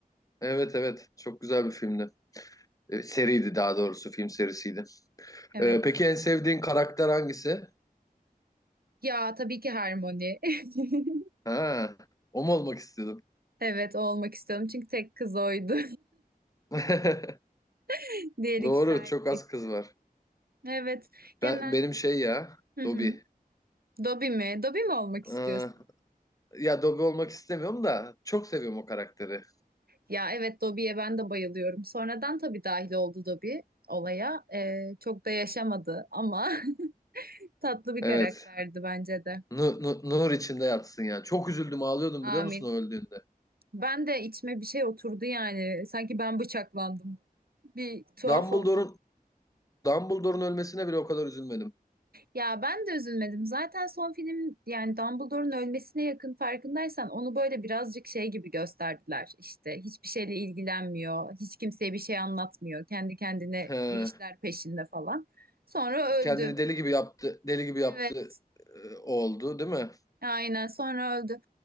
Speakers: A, on the left; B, on the right.
A: Evet evet. Çok güzel bir filmdi. E, seriydi daha doğrusu. Film serisiydi.
B: Evet.
A: E, peki en sevdiğin karakter hangisi?
B: Ya tabii ki Harmony. <laughs>
A: Ha, o mu olmak istiyordum?
B: Evet o olmak istiyorum çünkü tek kız oydu.
A: <laughs>
B: <laughs> Diğer ikisi
A: Doğru.
B: erkekti.
A: Çok az kız var.
B: Evet genel.
A: Ben, benim şey ya.
B: Hı hı.
A: Dobby.
B: Dobby mi? Dobby mi olmak istiyorsun?
A: Ee, ya Dobby olmak istemiyorum da çok seviyorum o karakteri.
B: Ya evet Dobby'ye ben de bayılıyorum. Sonradan tabii dahil oldu Dobby olaya. Ee, çok da yaşamadı ama <laughs> Tatlı bir
A: Evet.
B: karakterdi bence de.
A: Nu- nu- nur içinde yatsın ya. Çok üzüldüm ağlıyordum
B: Amin.
A: biliyor musun o öldüğünde.
B: Ben de içime bir şey oturdu yani. Sanki ben bıçaklandım. Bir tuhaf
A: Dumbledore'un
B: oldum.
A: Dumbledore'un ölmesine bile o kadar üzülmedim.
B: Ya ben de üzülmedim. Zaten son film yani Dumbledore'un ölmesine yakın farkındaysan onu böyle birazcık şey gibi gösterdiler. İşte hiçbir şeyle ilgilenmiyor. Hiç kimseye bir şey anlatmıyor. Kendi kendine
A: He,
B: bir işler peşinde falan. Sonra öldü.
A: kendini deli gibi yaptı, deli gibi
B: Evet.
A: yaptı e, oldu, değil mi?
B: Aynen sonra öldü.